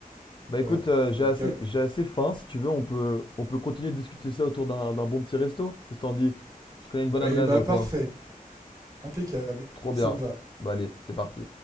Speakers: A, on the left; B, on the right.
A: Bah,
B: voilà.
A: écoute, euh, j'ai
B: Donc,
A: assez,
B: il y a...
A: j'ai assez faim. Si tu veux, on peut, on peut continuer de discuter ça autour d'un, d'un bon petit resto. Qu'est-ce que t'en dis? Je connais une bonne
B: eh
A: adresse
B: ben,
A: dans le
B: parfait,
A: coin.
B: impeccable,
A: Trop
B: ça
A: bien.
B: me va.
A: Bah, allez, c'est parti.